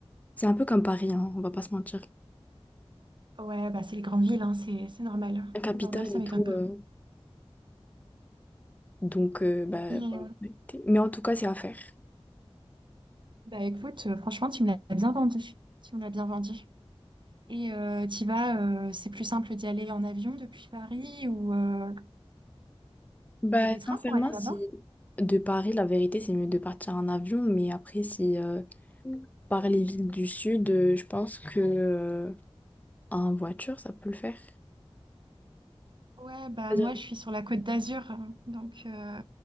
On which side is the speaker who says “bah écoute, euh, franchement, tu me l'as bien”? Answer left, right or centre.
Right